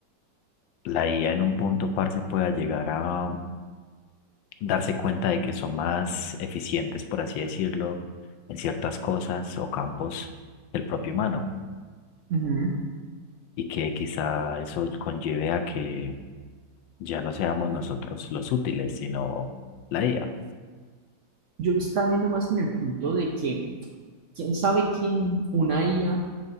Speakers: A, on the left (about 85°); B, on the right (about 75°).
A: la IA en un punto, parce, pueda llegar a darse cuenta de que son más eficientes, por así decirlo, en ciertas cosas o campos del propio humano
B: Ujú.
A: y que quizá eso conlleve a que Ya no seamos nosotros los útiles, sino la IA.
B: Yo lo estaba viendo más en el punto de que, ¿quién sabe que una IA